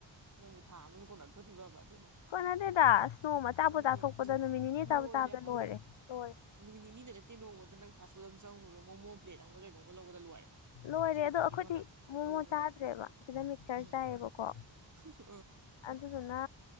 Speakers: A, on the right; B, on the left.
A: ꯅꯪꯒꯤ ꯊꯥ ꯑꯃ ꯀꯣꯟꯅꯊꯣꯔꯤꯕꯕ ꯑꯗꯨꯅꯦ
B: ꯀꯣꯟꯅꯗꯦꯗ ꯑꯁ ꯅꯣꯡꯃ ꯑꯆꯥꯄꯣ
A: ꯑꯗꯨꯅꯦ
B: ꯆꯥꯊꯣꯛꯄꯗ ꯅꯨꯃꯤꯠ ꯅꯤꯅꯤ ꯑꯆꯥꯄꯣ
A: ꯂꯣꯏꯔꯦ
B: ꯆꯥꯕꯗ
A: ꯍꯥꯏꯕ
B: ꯂꯣꯏꯔꯦ ꯂꯣꯏꯔꯦ
A: ꯅꯨꯃꯤꯠ ꯅꯤꯅꯤꯗ ꯅꯠꯇꯦ ꯅꯣꯡꯃꯗ ꯑ ꯅꯪ ꯐꯥꯁ ꯐꯨꯗ ꯑꯃ ꯆꯪꯉꯗꯣ ꯄ꯭ꯂꯦꯠ ꯑꯃꯒ ꯀꯩꯅꯣꯒ ꯂꯧꯒ ꯂꯣꯏꯔꯦ
B: ꯂꯣꯏꯔꯦ
A: ꯀꯣꯐꯤ
B: ꯑꯗꯣ ꯑꯩꯈꯣꯏꯗꯤ
A: ꯑꯃꯒ
B: ꯃꯣꯃꯣ
A: ꯆꯧ ꯑꯃꯒ
B: ꯆꯥꯗ꯭ꯔꯦꯕ ꯁꯤꯗ ꯆꯔ
A: ꯎꯝ
B: ꯇꯥꯏꯌꯦꯕꯀꯣ
A: ꯑ
B: ꯑꯗꯨꯗꯨꯅ